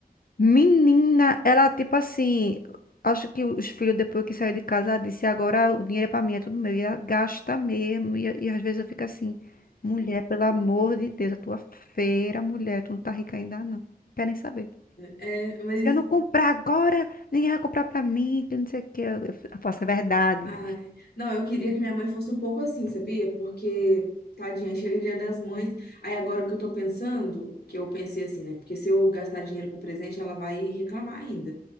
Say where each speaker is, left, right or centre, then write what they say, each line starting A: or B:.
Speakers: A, on the left; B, on the left.
A: Menina, ela tipo assim. Acho que os filhos, depois que saíram de casa, ela disse: agora o dinheiro é pra mim, é tudo meu. E ela gasta mesmo. E, e às vezes eu fico assim: mulher, pelo amor de Deus, a tua feira, mulher, tu não tá rica ainda não. Quer nem saber.
B: É, mas.
A: Se eu não comprar agora, ninguém vai comprar pra mim, que não sei o que. Eu eu faço, é verdade.
B: Ai. Não, eu queria que minha mãe fosse um pouco assim, sabia? Porque, tadinha, chega Dia das Mães. Aí agora o que eu tô pensando, que eu pensei assim, né? Porque se eu gastar dinheiro com presente, ela vai reclamar ainda.